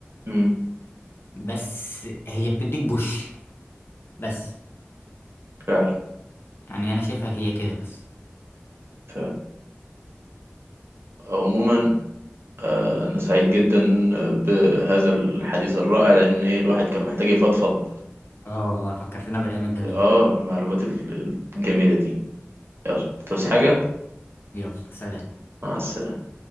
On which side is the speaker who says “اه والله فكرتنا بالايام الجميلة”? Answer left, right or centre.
Left